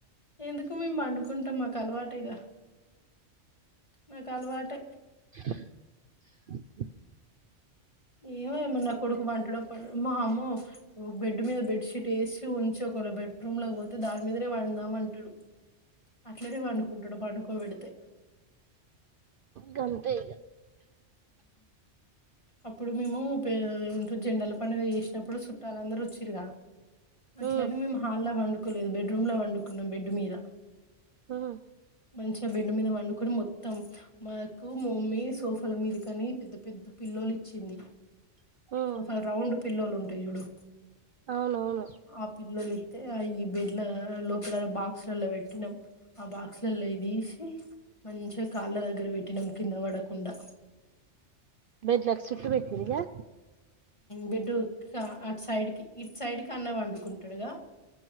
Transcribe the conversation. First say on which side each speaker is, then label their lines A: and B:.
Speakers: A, on the left; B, on the right.
A: ఎందుకు మేము పండుకుంటాం మాకు అలవాటేగా నాకు అలవాటే
B: <inaudible>
A: ఏమో ఏమో నా కొడుకు పంటడో పండడో మా అమ్మో బెడ్డు మీద బెడ్ షీట్ వేసి ఉంచి ఒక వేళ బెడ్రూమ్లకి పోతే దాని మీదనే పడుదాం అంటాడు అట్లనే పండుకుంటాడు పండుకు కోవిడితే
B: గంతే ఇగా
A: అప్పుడు మేము పే ఏవింటివో జెండల పండగ చేసినప్పుడు సుట్టలందరు వచ్చిర్రుగా అట్లనే
B: ఉమ్
A: మేము హాల్లా పండుం కు లేదు బెడ్రూం లో పండుకున్నాం బెడ్ మీద
B: ఆ
A: మంచిగా బెడ్ మీద వండుకొని మొత్తం మాకు మమ్మీ సోఫా ల మీది కనీ పెద్ద పెద్ద పిల్లోలు ఇచ్చింది
B: ఉమ్
A: సోఫల్ రౌండ్ పిల్లోలు వున్ తే చూడు
B: అవునవును
A: ఆ పిల్లో లీవ్ అయితే ఆ ఈ బెడ్ల లోపల బాక్స్లలో పెట్టినాం ఆ బాక్స్ లలో తీసి మంచిగా కాళ్ళ దగ్గర పెట్టినాం కింద పడకుండా
B: బెడ్లకి చుట్టూ పెట్టిర్రుగా
A: బెడ్డు క అటు సైడ్కి ఇటు సైడ్ కి అన్నవి పండుకుంటాడుగా